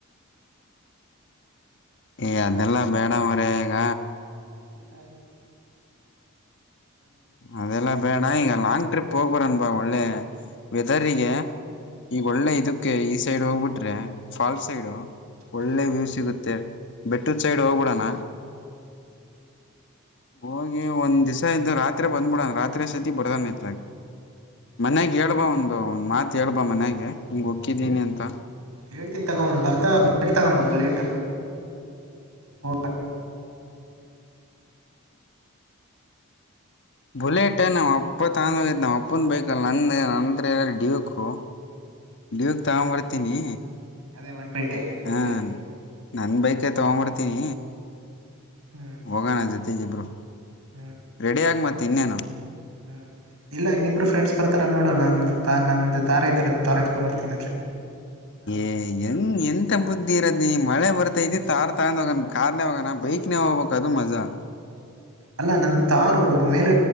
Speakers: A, on the left (about 55°); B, on the right (about 85°).
A: ಏ ಅದೆಲ್ಲಾ ಬೇಡ ಮರ ಈಗ
B: ಕಟ್ಟ
A: ಅದೆಲ್ಲಾ ಬಡಾ ಈಗ ಲಾಂಗ್ ಟ್ರಿಪ್ ಪಕರೋನ್ಪಾ ಒಳ್ಳೆ ವೆದರ್ಗೆ ಈಗ ಒಳ್ಳೆ ಇದಕ್ಕೆ ಈ ಸೈಡ್ ಹೋಗ್ಬಿಟ್ರೆ ಫಾಲ್ ಸೈಡು ಒಳ್ಳೆ
B: ಹ್ಮ್
A: ವ್ಯೂ ಸಿಗುತ್ತೆ ಬೆಟ್ಟೂ ಸೈಡ್ ಹೋಗಿಡಣ ಹೋಗಿ ಒಂದ್ವ್ಸ ಇದ್ದ ರಾತ್ರಿ ಬಂದ್ಬಿಡಾನ ರಾತ್ರಿ ಸತಿ ಬಡದಾನ ಇತ್ಗ ಮನ್ಯಾಗ ಹೇಳ್ಬಾ ಒಂದು ಒಂದ್ ಮಾತ್ ಹೇಳ್ಬಾ ಮನ್ಯಗೆ ಹಿಂಗ ಒಕ್ಕಿದ್ದೀನಿ ಅಂತ
B: ಹೇಳ್ತೀ ತಗೊಂದ್ ಬರ್ತಾ ಬಟ್ ತಗೊಂಬ ಬುಲೆಟ್ ವ
A: ಬುಲೆಟ್ ನಾ ಅಪ್ಪ ತಂದ ಹೋಗಿದ್ದ ನಾವು ಅಪ್ಪಂದು ಬೈಕಲ್ಲಿ ನಂದ ನಂದರಲ್ಲಿ ಡವಕು ವಗೆ ತಗೊಂಬರ್ತೀನಿ
B: ಅದೇ ಒನ್ ಟ್ವೆಂಟಿ
A: ಹಾ
B: ಸರಿ
A: ನನ್ ಬೈಕ್ ತಗೊಂಬಡ್ತೀನಿ
B: ಹ್ಮ್
A: ಹೋಗೋಣ ಜೊತೆಗಿಬ್ರು
B: ಹ್ಮ್
A: ರೆಡಿಯಾಗಿ ಮ ಇನ್ನೇನು
B: ಹ್ಮ್ ಇಲ್ಲ ಇನ್ನಬ್ರು ಫ್ರೆಂಡ್ಸ್ ಬರ್ತಾರ ನೋಡೋ ನಮ್ದ್ ತ ನ್ದ ತಾರ ಐತಲ್ಲ ತತ್ಕೊ್ ಬರ್ತೀಿ
A: ಏ ಎಂಗ್ ಎಂತ ಬುದ್ಧಿ ಇರದಿ ಮಳೆ ಬರ್ತೈತಿ ತಾರ್ ತಾಂದೋಗನ್ ಕಾರ್ ನೇ ಹೋಗೋಣ ಬೈಕ್ನೇ ಹೋಗ್ಬೇಕ ಅದು ಮಜಾ
B: ಅಲ್ಲ ನನ್ ತಾರು ಮೇಲೆ